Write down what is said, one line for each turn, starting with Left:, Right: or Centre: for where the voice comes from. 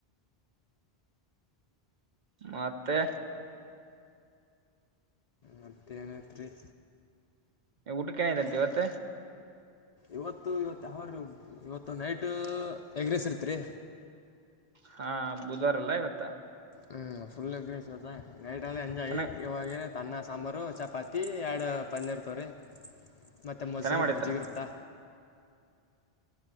Right: ಮತ್ತೆ
Left: ಮತ್ತೇನತ್ರಿ
Right: ಊಟಕ್ಕೆ ಏನಗ್ಯಾದಂತ ಇವತ್ತ
Left: ಇವತ್ತು ಇವತ್ತು ಯಾವ ವಾರರಿ ಇವತ್ತು ನೈಟ್ ಎಗ್ರೆಸ್ ಇರ್ತ್ರಿ
Right: ಹಾ ಬುಧವಾರಲ್ಲ ಇವತ್ತ
Left: ಹ್ಮ್ ಫುಲ್ ಎಗ್ರಾಯ್ಸ್ ಇವತ್ತು ನೈಟ್ ಎಂಜಾಯ್
Right: ಚೆನ್ನಾಗ್
Left: ಇವಾಗ ತನ್ನ ಸಾಂಬಾರು ಚ ಪತಿ ಎರಡು ಪಲ್ಲೆ ಇ ರ್ತವ್ರಿ ಮತ್ತೆ ಮೊಸರು
Right: ಚೆನ್ನಾಗ್ ಮಾಡಿರ್ತಾರ
Left: ಮಜ್ಜಗಿ ಇರ್ತ್ತಾ